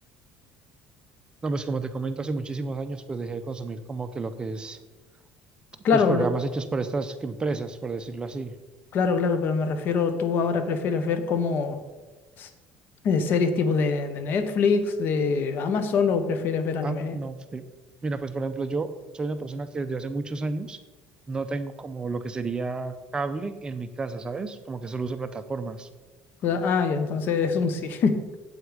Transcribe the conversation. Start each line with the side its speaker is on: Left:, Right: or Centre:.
Right: No, pues como te comento, hace muchísimos años pues dejé de consumir como que lo que es,
Left: Claro,
Right: pues programas
Left: lo-
Right: hechos por estas empresas, por decirlo así.
Left: claro, claro, pero me refiero, tú ahora prefieres ver como s- eh, series tipo de, de Netflix, de Amazon, o prefieres ver anime.
Right: Ah, no, sí. Mira, pues por ejemplo, yo soy una persona que desde hace muchos años no tengo como lo que sería cable en mi casa, ¿sabes? Como que solo uso plataformas.
Left: Cla- Ah, ya, entonces es un sí. <laughs>